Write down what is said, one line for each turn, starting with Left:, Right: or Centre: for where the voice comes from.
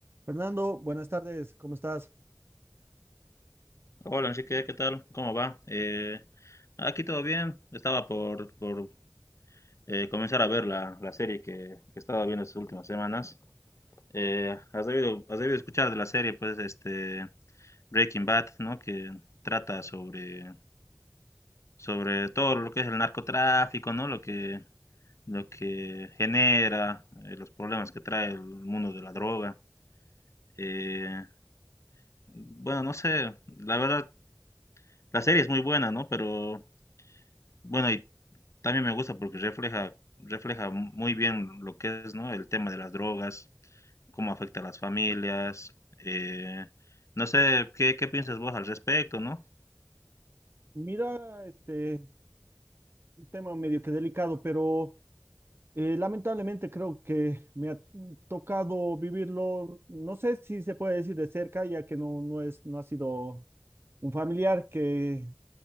Right: Fernando, buenas tardes, ¿cómo estás?
Left: Hola Enrique, ¿qué tal? ¿Cómo va? Eh, aquí todo bien. Estaba por, por, eh, comenzar a ver la, la serie que, que estaba viendo estas últimas semanas. Eh, has debido, has debido escuchar de la serie, pues, este Breaking Bad, ¿no? Que trata sobre, sobre todo lo que es el narcotráfico, ¿no? Lo que, lo que genera, eh, los problemas que trae el mundo de la droga. Eh, bueno, no sé, la verdad, la serie es muy buena, ¿no? Pero Bueno, y también me gusta porque refleja, refleja muy bien lo que es, ¿no? El tema de las drogas, cómo afecta a las familias. eh, no sé, ¿qué, qué piensas vos al respecto, ¿no?
Right: Mira, este un tema medio que delicado, pero eh, lamentablemente creo que me ha tocado vivirlo, no sé si se puede decir de cerca, ya que no, no es, no ha sido un familiar que,